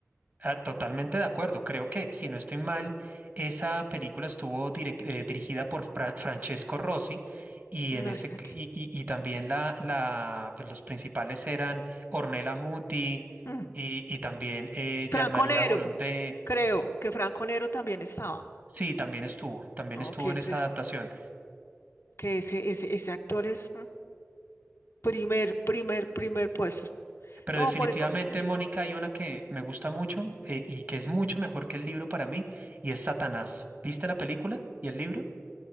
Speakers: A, on the right; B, on the left.
A: Ah, totalmente de acuerdo. Creo que, si no estoy mal, esa película estuvo direc- eh, dirigida por Fra- Francesco Rossi y,
B: Imagínate.
A: en ese, y, y- y también la, la, pues los principales eran Ornella Muti
B: Mm.
A: y, y también eh, Gianmaria
B: Franco Nero,
A: Volonté.
B: creo que Franco Nero también estaba,
A: Sí, también estuvo, también
B: ¿no?
A: estuvo
B: Que
A: en
B: eso
A: esa
B: es,
A: adaptación.
B: que ese, ese, ese actor es... mm, Primer, primer, primer puesto.
A: Pero
B: No,
A: definitivamente,
B: por eso te, te digo.
A: Mónica, hay una que me gusta mucho eh, y que es mucho mejor que el libro para mí y es Satanás. ¿Viste la película y el libro?